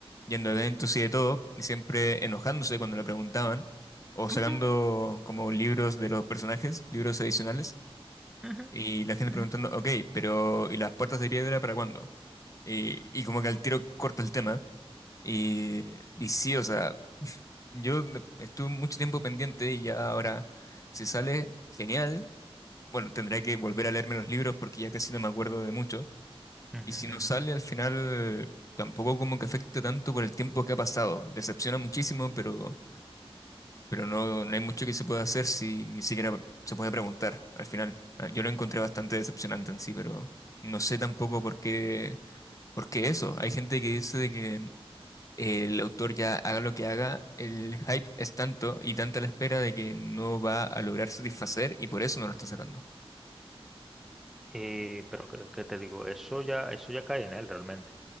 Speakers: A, on the left; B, in the centre.
A: yendo a eventos y de todo, y siempre enojándose cuando le preguntaban, o sacando
B: ujú,
A: como libros de los personajes, libros adicionales,
B: ujú,
A: y la gente
B: ujú,
A: preguntando, ok, pero ¿y las puertas de piedra para cuándo? Y, y como que al tiro corta el tema. Y, y sí, o sea, <laughs> yo de- estuve mucho tiempo pendiente y ya ahora, si sale, genial. Bueno, tendré que volver a leerme los libros porque ya casi no me acuerdo de mucho.
B: ujú,
A: Y si no
B: ujú.
A: sale, al final tampoco como que afecta tanto por el tiempo que ha pasado. Decepciona muchísimo, pero, pero no, no hay mucho que se pueda hacer si ni siquiera se puede preguntar al final. Ah, Yo lo encontré bastante decepcionante en sí, pero no sé tampoco por qué, por qué eso. Hay gente que dice de que el autor ya haga lo que haga, el hype es tanto y tanta la espera de que no va a lograr satisfacer y por eso no lo está sacando.
B: Eh, pero ¿qué, qué te digo? Eso ya, eso ya cae en él realmente.